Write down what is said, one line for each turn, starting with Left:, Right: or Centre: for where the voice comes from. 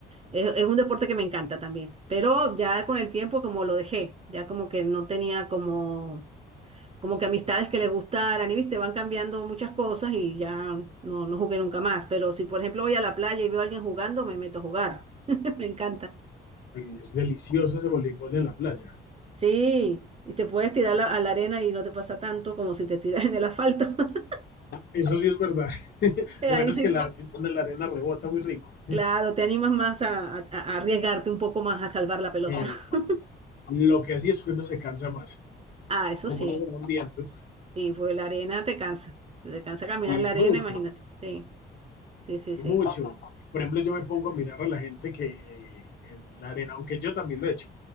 Right: Es, es un deporte que me encanta también. Pero ya con el tiempo como lo dejé, ya como que no tenía como como que amistades que les gustaran y viste, van cambiando muchas cosas y ya no, no jugué nunca más. Pero si por ejemplo voy a la playa y veo a alguien jugando, me meto a jugar. <laughs> Me encanta.
Left: Y es delicioso ese voleibol en la playa.
Right: Sí, y te puedes tirar la- a la arena y no te pasa tanto como si te tiras en el asfalto. <laughs>
Left: Eso sí es verdad. <laughs>
Right: Ahí
Left: Lo bueno es
Right: sí,
Left: que la, la arena rebota muy rico.
Right: claro, te animas más a, a- a arriesgarte un poco más a salvar la pelota.
Left: Eh,
Right: <laughs>
Left: lo que así es que uno se cansa más,
Right: Ah, eso
Left: como
Right: sí,
Left: uno se va viendo,
Right: sí, pues la arena te cansa. Te cansa caminar
Left: y
Right: en la arena,
Left: mucho.
Right: imagínate. Sí, sí, sí, sí.
Left: Mucho. Por ejemplo, yo me pongo a mirar a la gente que en la arena, aunque yo también lo he hecho.